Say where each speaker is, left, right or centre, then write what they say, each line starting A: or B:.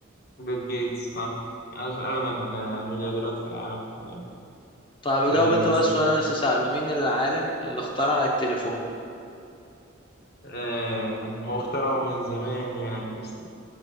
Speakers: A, on the left (about 50°); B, on the left (about 25°).
A: بيل جيتس صح أش- أغنى المليارديرات في العالم حاليا
B: طيب
A: تمام
B: اجاوب انت بقى
A: اسأل
B: السؤال اللي انا لسه سأله مين العالم اللي اخترع التليفون
A: آه. هو اخترعه من زمان يعني بس